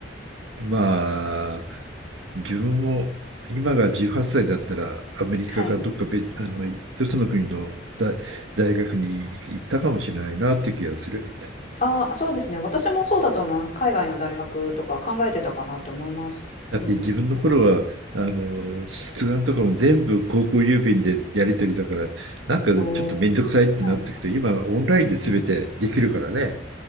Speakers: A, on the right; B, on the left.
A: まあ、自分も今が18歳だったらアメリカかどっかべあのよその国の大、
B: はい。
A: 大学に行ったかもしれないなっていう気がする。
B: ああ、そうですね。私もそうだと思います。海外の大学とか考えてたかなって思います。
A: だって自分の頃はあの出願とかも全部高校郵便でやり取りだからなんかちょっと面倒くさいってなってくと今オンラインで全てできるからね。
B: うん。おお。はい。うんうん。